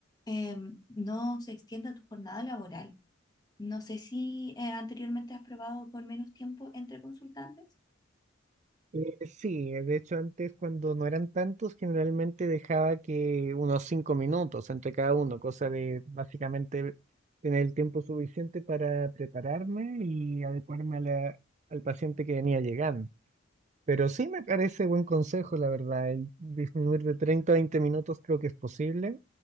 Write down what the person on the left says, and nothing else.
eh, no se extienda tu jornada laboral. No sé si eh, anteriormente has probado con menos tiempo entre consultantes.